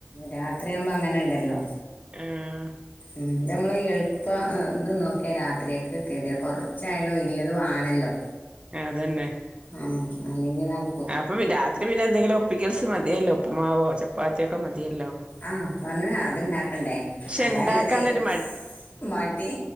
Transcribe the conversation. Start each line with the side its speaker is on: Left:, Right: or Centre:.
Left: രാത്രിയാവുമ്പോ അങ്ങനെ ഇണ്ടല്ലോ
Right: ആഹ്
Left: ഉം ഇത് നമ്മള് എളുപ്പാ ആഹ് ഇതും നോക്കിയാ രാത്രിയേക്ക് <unintelligible> കൊറച്ചായാലും ഇല്ലത് വാണല്ലോ
Right: അതന്നെ
Left: ആഹ് അല്ലെങ്കി നട
Right: ആഹ് അപ്പ പിൻ രാത്രി പിന്നെ എന്തെങ്കിലും ഒപ്പിക്കൽസ് മതിയല്ലോ ഉപ്പുമാവോ ചപ്പാത്തിയൊക്കെ മതിയല്ലോ
Left: ആഹ് പറഞ്ഞപോലെ അത്ണ്ടാക്കണ്ടേ
Right: പക്ഷെ
Left: അതാല്ലതെ
Right: ഉണ്ടാക്കാനൊരു
Left: മടി